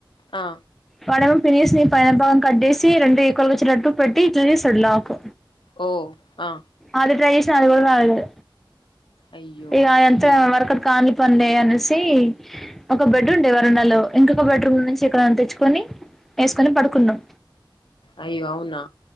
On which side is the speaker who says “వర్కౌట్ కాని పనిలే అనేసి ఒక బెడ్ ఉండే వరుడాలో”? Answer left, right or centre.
Centre